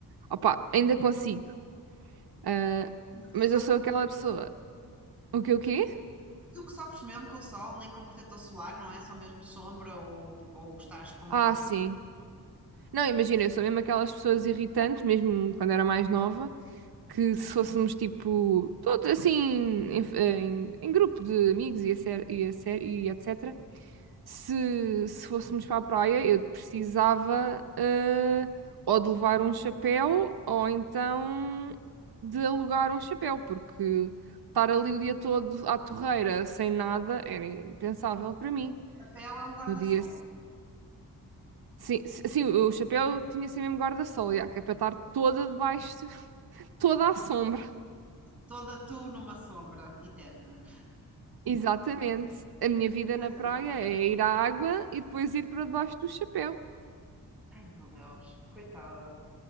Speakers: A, on the right; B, in the centre.
A: opá, ainda consigo. Ah,
B: mas tu,
A: mas
B: sofres,
A: eu sou aquela pessoa. O que o quê?
B: tu que sofres mesmo com o sol, nem com protetor solar, não é? Só mesmo sombra ou, ou, ou estás com uma
A: Ah,
B: camisa
A: sim. Não, imagina, eu sou mesmo aquelas pessoas irritantes, mesmo quando era mais nova, que se fôssemos tipo, todos assim, em, em- em grupo de amigos e, a ser, e, a ser, e etc., se, se fôssemos para a praia, eu precisava eh, ou de levar um chapéu ou então de alugar um chapéu, porque estar ali o dia todo à torreira sem nada era impensável para mim.
B: de papel, é um guarda-sol,
A: No dia,
B: não é?
A: Sim, s- sim, o chapéu tinha assim mesmo guarda-sol, já, que é para estar toda debaixo, <laughs> toda à sombra.
B: Toda tu numa sombra eterna.
A: Exatamente. A minha vida
B: Tadinha.
A: na praia é ir à água e depois ir para debaixo do chapéu.
B: Ai, meu Deus, coitada.